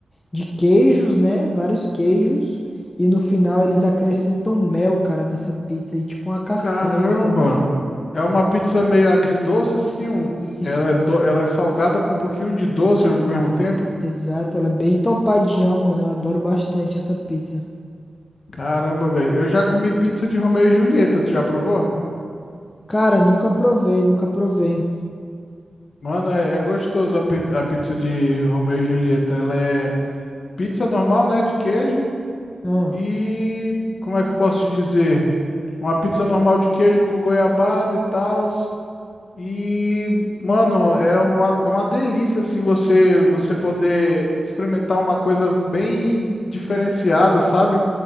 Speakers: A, on the left; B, on the left.
A: de queijos, né? Vários queijos. E no final eles acrescentam mel, cara, nessa pizza. E tipo uma castanha
B: Caramba!
A: também.
B: É uma pizza meio agridoce, assim. Um...
A: Isso,
B: Ela é do... Ela é salgada com um pouquinho de doce ao mesmo tempo.
A: exato. Ela é bem topadinha, ó, mano. Eu adoro bastante essa pizza.
B: Caramba, velho. Eu já comi pizza de Romeu e Julieta. Tu já provou?
A: Cara, nunca provei, nunca provei.
B: Mano, é, é gostoso a, pi- a pizza de Romeu e Julieta. Ela é pizza normal, né? De queijo.
A: Ah.
B: E como é que eu posso te dizer? Uma pizza normal de queijo com goiabada e tal. E, mano, é uma, é uma delícia assim você você poder experimentar uma coisa bem diferenciada, sabe?